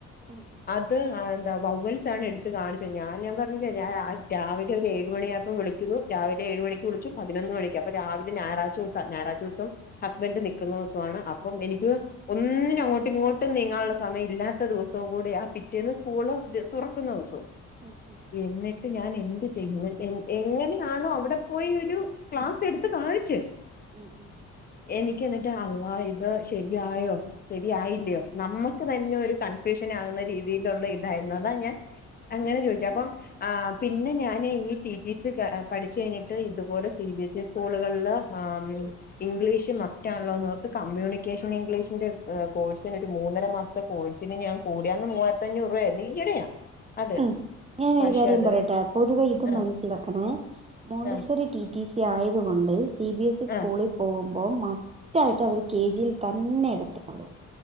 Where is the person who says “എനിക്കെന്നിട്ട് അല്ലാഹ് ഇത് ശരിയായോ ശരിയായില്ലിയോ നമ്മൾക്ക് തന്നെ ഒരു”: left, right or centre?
Left